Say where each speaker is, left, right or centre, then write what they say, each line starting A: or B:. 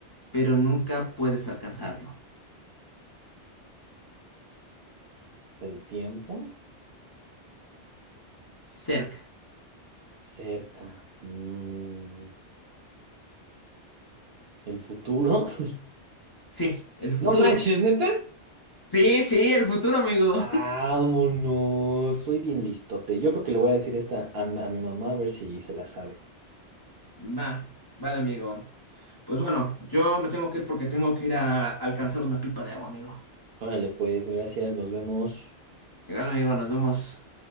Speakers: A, on the left; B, on the right.
A: pero nunca puedes alcanzarlo?
B: El tiempo
A: Cerca.
B: cerca. Mm, el futuro. <laughs>
A: Sí, el futuro.
B: No manches, neta.
A: Sí, sí, el futuro, amigo.
B: Vámonos. Soy bien listote. Yo creo que le voy a decir esta a, m- a mi mamá a ver si se la sabe.
A: <laughs> Va, vale, amigo. Pues bueno, yo me tengo que ir porque tengo que ir a alcanzar una pipa de agua, amigo.
B: Órale, pues, gracias. Nos vemos.
A: Legal, amigo, nos vemos.